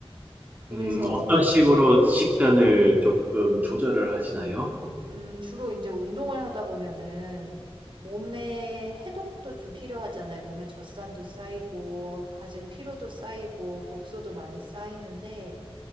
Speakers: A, on the right; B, on the right.
A: 그래서
B: 음 어떤
A: 그
B: 식으로 식단을 조금 조절을 하시나요?
A: 음 주로 인제 운동을 하다 보면은 몸에 해독도 좀 필요하잖아요. 몸에 젖산도 쌓이고 가진 피로도 쌓이고 독소도 많이 쌓이는데